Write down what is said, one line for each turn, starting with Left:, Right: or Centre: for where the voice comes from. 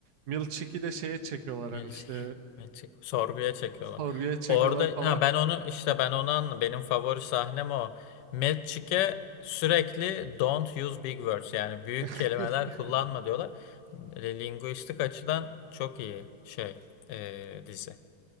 Right: Milkshake'i de şeye çekiyorlar
Left: milçik,
Right: hani işte
Left: milçik. Sorguya çekiyorlar.
Right: <laughs> sorguya çekiyorlar
Left: Orada
Right: falan.
Left: ha ben onu işte ben onu anladım. Benim favori sahnem o. Milçik'e sürekli don't use big words yani büyük
Right: <laughs>
Left: kelimeler kullanma diyorlar. E, Linguistik açıdan çok iyi şey e, dizi.